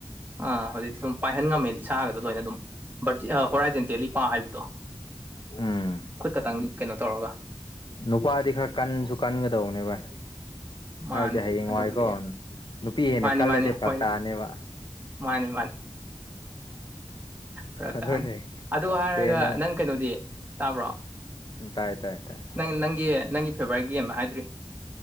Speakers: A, on the right (about 20°); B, on the left (about 50°).
A: ꯑꯥ ꯍꯧꯖꯤꯛꯇꯤ ꯑꯗꯨꯝ ꯄꯥꯏꯍꯟ ꯉꯝꯃꯦ ꯏꯁꯥꯒꯗ‌ꯣ ꯂꯣꯏꯅ ꯑꯗꯨꯝ ꯕꯔꯇꯤ ꯑ ꯍꯣꯔꯥꯏꯖꯦꯟꯇꯦꯜꯂꯤ ꯄꯥ ꯍꯥꯏꯕꯗꯣ
B: ꯎꯝ
A: ꯈꯨꯠ ꯈꯇꯪ ꯀꯩꯅꯣ ꯇꯧꯔꯒ
B: ꯅꯨꯄꯥꯗꯤ ꯈꯔ ꯀꯟꯁꯨ ꯀꯟꯒꯗꯧꯕꯅꯦ ꯚꯥꯏ
A: ꯃꯥꯅꯦ
B: ꯍꯥꯏꯕꯗꯤ ꯍꯌꯦꯡ
A: ꯑꯗꯨꯕꯨꯗꯤ
B: ꯋꯥꯏꯀꯣꯟ ꯅꯨꯄꯤ ꯍꯦꯟꯅ
A: ꯃꯥꯅꯤ
B: ꯀꯜꯂꯗꯤ
A: ꯃꯥꯅꯤ
B: ꯐꯔꯛ
A: ꯍꯣꯏ
B: ꯇꯥꯅꯦꯕ
A: ꯃꯥꯅꯤ ꯐꯔꯛꯇꯅꯤ
B: ꯑꯗꯨꯅꯦ
A: ꯑꯗꯨ ꯍꯥꯏꯔꯒ
B: ꯍꯦꯟꯅ
A: ꯅꯪ ꯀꯩꯅꯣꯗꯤ ꯇꯥꯕ꯭ꯔꯣ
B: ꯇꯥꯏ ꯇꯥꯏ ꯇꯥꯏ
A: ꯅꯪ ꯅꯪꯒꯤ ꯅꯪꯒꯤ ꯐꯦꯚꯣꯔꯥꯏꯠ ꯒꯦꯝ ꯍꯥꯏꯗ꯭ꯔꯤ